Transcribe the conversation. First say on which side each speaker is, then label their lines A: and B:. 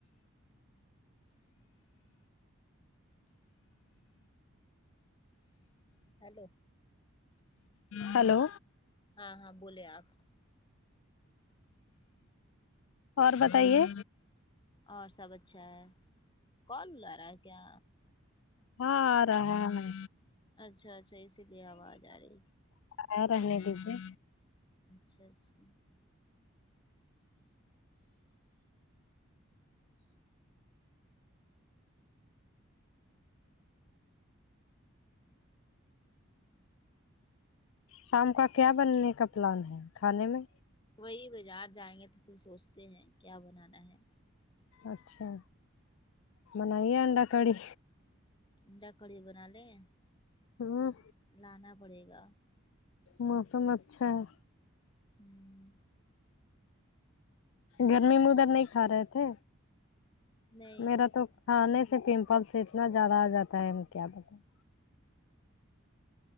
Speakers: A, on the left; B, on the left.
A: ہیلو
B: ہیلو
A: ہاں ہاں بولے آپ
B: اور بتائیے
A: اور سب اچھا ہے کون بلارہ رہا ہے کیا
B: ہاں آ رہا ہے
A: اچھا اچھا اسی لیے آواز آرہی ہے
B: آآں رہنے دیجیے
A: اچھا اچھا
B: شام کا کیا بننے کا پلان ہے کھانے میں
A: وہی بازار جائیں گے تو پھر سوچتے ہیں کیا بنانا ہے
B: اچھا بنائیے انڈا کڑی
A: انڈا کڑی بنالیں
B: ہاں
A: لانا پڑے گا
B: موسم اچھا ہے
A: ہوں
B: گرمی میں ادھر نہیں کھا رہے تھے
A: نہیں
B: میرا تو کھانے سے پمپل سے اتنا زیادہ آجاتا ہے ہم کیا بتائیں